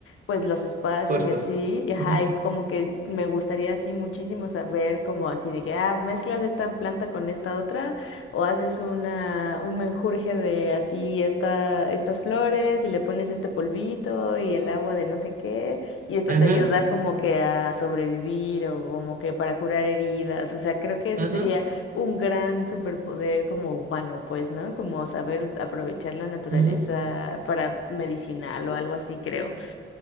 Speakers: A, on the left; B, on the right.
A: pues los espacios
B: Fuerza.
A: y así, y ajá,
B: Ujú.
A: y como que me gustaría así muchísimo saber como así de que, ah, mezclas esta planta con esta otra o haces una, un menjurje de así esta, estas flores y le pones este polvito y el agua de no sé qué, y esto
B: Ajá,
A: te ayuda como que a sobrevivir o como que para curar heridas, o sea, creo que ese
B: ajá,
A: sería un gran superpoder como humano, pues, ¿no? Como saber aprovechar la naturaleza
B: ajá.
A: para medicinal o algo así, creo.